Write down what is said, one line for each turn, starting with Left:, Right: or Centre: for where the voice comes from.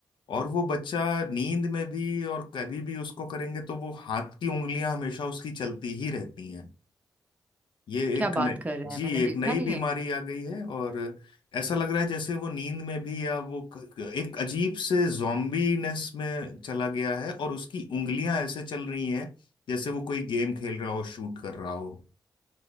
Left: और वो बच्चा नींद में भी और कभी भी उसको करेंगे तो वो हाथ की उंगलियां हमेशा उसकी चलती ही रहती ये
Right: क्या
Left: एक नई
Right: बात कर रहे हैं
Left: जी
Right: मैंने
Left: एक
Right: देखा
Left: नई
Right: नहीं
Left: बीमारी
Right: है ये।
Left: आ गई है और ऐसा लग रहा है जैसे वो नींद में भी या वो क- एक अजीब से जॉम्बीनेस में चला गया है और उसकी उंगलियां ऐसे चल रही हैं जैसे वो कोई गेम खेल रहा हो शूट कर रहा हो